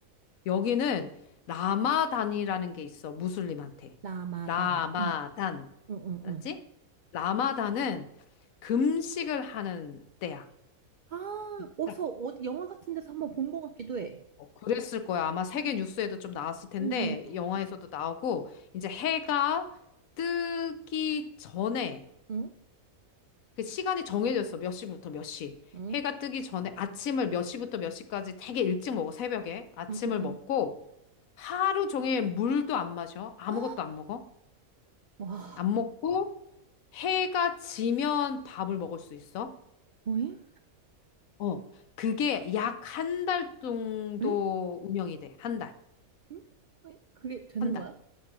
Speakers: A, on the left; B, on the right.
A: 여기는 라마단이라는 게 있어. 무슬림한테.
B: 라마단.
A: 라마단.
B: 응, 응, 응,
A: 알았지?
B: 응.
A: 라마단은 금식을 하는 때야.
B: 아,
A: 그러니까
B: 어디서, 어디, 영화 같은 데서 한번 본 것 같기도 해.
A: 어, 그랬을 거야. 아마 세계 뉴스에도 좀 나왔을 텐데,
B: 응, 응,
A: 영화에서도 나오고, 이제 해가 뜨기 전에
B: 응.
A: 그 시간이 정해졌어. 몇 시부터 몇 시.
B: 응?
A: 해가 뜨기 전에 아침을 몇 시부터 몇 시까지 되게 일찍 먹어. 새벽에. 아침을
B: 응, 응, 응. 응.
A: 먹고 하루 종일 물도 안 마셔. 아무것도
B: <gasps> 아,
A: 안 먹어.
B: 와.
A: 안 먹고 해가 지면 밥을 먹을 수 있어.
B: 어잉?
A: 어. 그게 약 한 달 정도
B: 어잉?
A: 운영이 돼. 한 달.
B: 어잉? 어잉? 그게 되는
A: 한 달.
B: 거야?